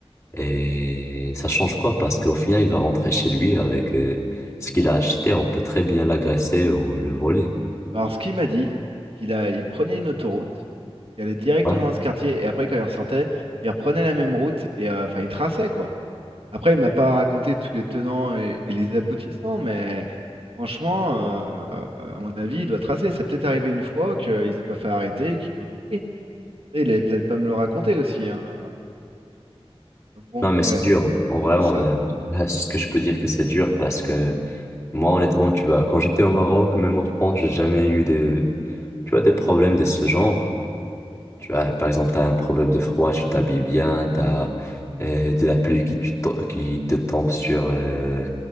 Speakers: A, on the left; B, on the right.
A: et ça change quoi? Parce qu'au final, il va rentrer chez lui avec, euh, ce qu'il a acheté, on peut très bien l'agresser ou le voler.
B: <laughs> Alors, ce qu'il m'a dit, c'est qu'il a, il prenait une autoroute, il allait directement
A: Ouais.
B: dans ce quartier, et après, quand il ressortait, il reprenait la même route, et euh, enfin, il traçait, quoi. Après, il m'a pas raconté tous les tenants et, et les aboutissants, mais franchement, euh, euh, à mon avis, il doit tracer. Ça peut-être arrivé une fois qu'il se soit fait arrêter et qu'il lui ait tout pris. Et il avait peut-être pas me le raconter aussi, hein. Donc bon,
A: Non, mais
B: mais
A: c'est
B: ouais,
A: dur. En vrai,
B: c'est
A: euh,
B: ça.
A: <laughs> là, ce que je peux dire que c'est dur parce que moi, honnêtement, tu vois, quand j'étais au Maroc, même en France, j'ai jamais eu de, tu vois, de problèmes de ce genre. Tu vois, par exemple, t'as un problème de froid, tu t'habilles bien, t'as euh, de la pluie qui, tu to- qui te tombe sur euh,